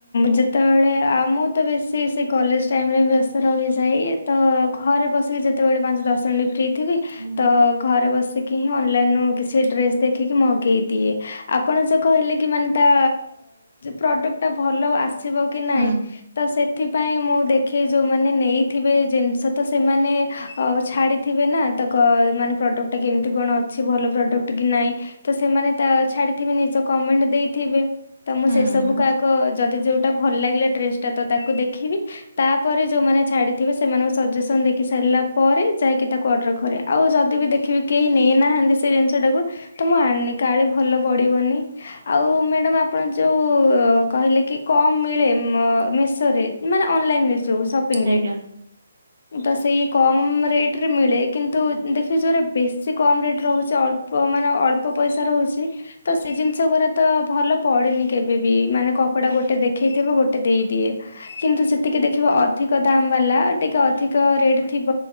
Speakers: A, on the left (about 50°); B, on the right (about 55°).
A: ଯେତେବେଳେ ଆ ମୁଁ ତ ବେଶୀ ସେ କଲେଜ ଟାଇମରେ ବ୍ୟସ୍ତ ରହିଯାଏ। ତ ଘରେ ବସିକି ଯେତେବେଳେ ପାଞ୍ଚ ଦଶ ମିନିଟ୍ ଫ୍ରି ଥିବି
B: ହୁଁ
A: ତ ଘରେ ବସିକି କି ହିଁ ଅନଲାଇନ୍ରୁ କିଛି ଡ୍ରେସ୍ ଦେଖିକି ମଗେଇଦିଏ। ଆପଣ ଯ କହିଲେ କି ମାନେ ତା ପ୍ରଡକ୍ଟ ଟା ଭଲ ଆସିବ କି ନାଇଁ।
B: ହୁଁ
A: ତ ସେଥିପାଇଁ ମୁଁ ଦେଖି ଯୋଉମାନେ ନେଇଥିବେ ଜିନିଷ ତ ସେମାନେ ଛାଡି ଥିବେ ନା ତ କ ମାନେ ପ୍ରଡ଼କ୍ଟଟା କେମିତି କଣ ଅଛି ଭଲ ପ୍ରଡ଼କ୍ଟ କି ନାହିଁ। ତ ସେମାନେ ତା ଛାଡିଥିବେ ନିଜ କମେଣ୍ଟ ଦେଇଥିବେ ତ ମୁଁ
B: ହୁଁ
A: ସେ ସବୁ
B: ହୁଁ
A: ବ ଯଦି ଯେଉଁଟା ଭଲ ଲାଗିଲା ଡ୍ରେସ୍ ଟା ତ ତାକୁ ଦେଖିବି। ତାପରେ ଯୋଉମାନେ ଛାଡିଥିବେ, ସେମାନଙ୍କ ସଜେସନ ଦେଖି ସାରିଲା ପରେ ଯାଇକି ତାକୁ ଅର୍ଡର କରେ। ଆଉ ଯଦି ବି ଦେଖିବି କେହି ନେଇନାହାନ୍ତି ସେ ଜିନିଷ ଟାକୁ, ତ ମୁଁ ଆଣିନି କାଳେ ଭଲ ପଡିବନି। ଆଉ ମ୍ୟାଡ଼ାମ ଆପଣ ଯୋଉ କହିଲେ କି କଣ ମିଳେ ମେସୋରେ, ମାନେ ଅନଲାଇନରେ ଯୋଉ ସପ ପିଙ୍ଗରେ।
B: ଆଜ୍ଞା।
A: ତ ସେଇ କମ୍ ରେଟରେ ମିଳେ, କିନ୍ତୁ ଦେଖିବି ଯୋଉରା ବେଶୀ କମ୍ ରେଟରେ ରହୁଛି ଅଳ୍ପ ମାନେ ଅଳ୍ପ ପଇସା ରହୁଛି, ତ ସେ ଜିନିଷ ଗୁରା ତ ଭଲ ପଡିନି କେବେ ବି ମାନେ କପଡା ଗୋଟେ ଦେଖେଇଥିବ, ଗୋଟେ ଦେଇଦିଏ। କିନ୍ତୁ ସେତିକି ଦେଖିବ ଅଧିକ ଦାମ୍ ବାଲା, ଟିକେ ଅଧିକ ରେଟ୍ ଥିବ।